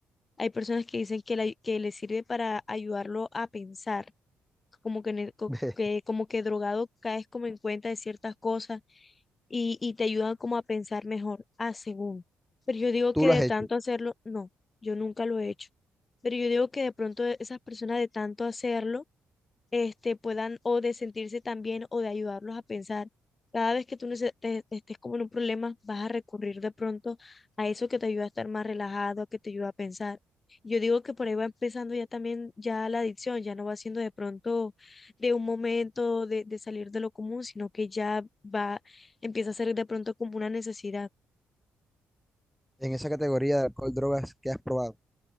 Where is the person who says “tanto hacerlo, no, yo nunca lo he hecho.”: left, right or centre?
Left